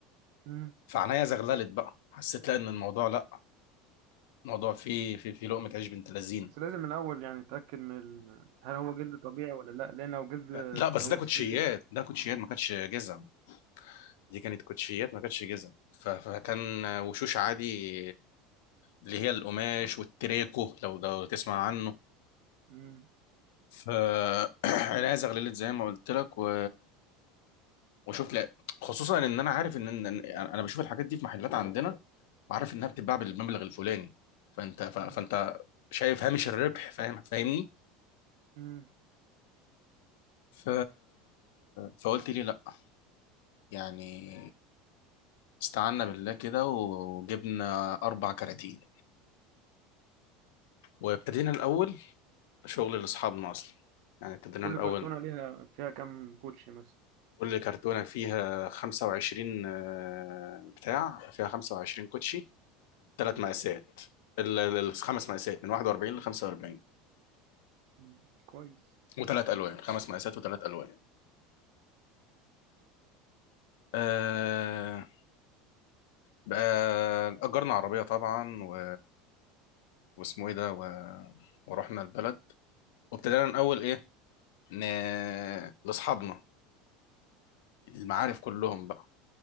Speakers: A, on the right; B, on the left.
A: مم.
B: فعنايا زغللت بقى حسيت لا ان الموضوع لا الموضوع فيه في في لقمه عيش بنت لذين
A: بس لازم من الاول يعني نتاكد من ال... هل هو جلد طبيعي ولا لا لان لو جلد اللي
B: لا بس
A: هو
B: ده كوتشيات
A: الصيد
B: ده كوتشيات ما كانتش جزم دي كانت كوتشيات ما كانتش جزم ف- فكان وشوش عادي اللي هي القماش والتريكو لو لو تسمع عنه
A: مم.
B: ف <clears throat> الازغ ليلت زي ما قلت لك و... وشوف لا خصوصا ان انا عارف ان إن- إن- انا بشوف الحاجات دي في محلات عندنا وعارف انها بتتباع بالمبلغ الفلاني فانت ف...
A: مم.
B: فانت شايف هامش الربح فاهم فاهمني
A: مم.
B: ف... فقلت لي لا يعني استعنا بالله كده وجبنا اربع كراتين وابتدينا الاول شغل لاصحابنا اصلا يعني ابتدينا
A: كل
B: الاول
A: كرتونه ليها فيها كام كوتشي مثلا
B: كل كرتونه فيها 25 آه، بتاع فيها 25 كوتشي ثلاث
A: مم.
B: مقاسات ال- ال- الخمس مقاسات من 41 ل 45
A: مم. كويس
B: وثلاث الوان خمس مقاسات وثلاث الوان آه بقى اجرنا عربيه طبعا و... واسمه ايه ده و... ورحنا البلد وابتدينا الاول ايه ن... لاصحابنا المعارف كلهم بقى